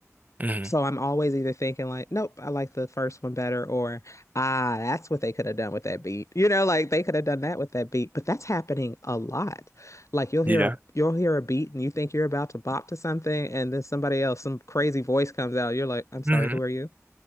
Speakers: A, on the right; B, on the left.
A: hmm
B: So I'm always either thinking like, nope, I like the first one better, or ah, that's what they could have done with that beat. You know, like they could have done that with that beat. But that's happening a lot. Like you'll hear
A: Yeah.
B: a you'll hear a beat and you think you're about to bop to something, and then somebody else, some crazy voice comes out. You're like, I'm sorry,
A: hmm
B: who are you?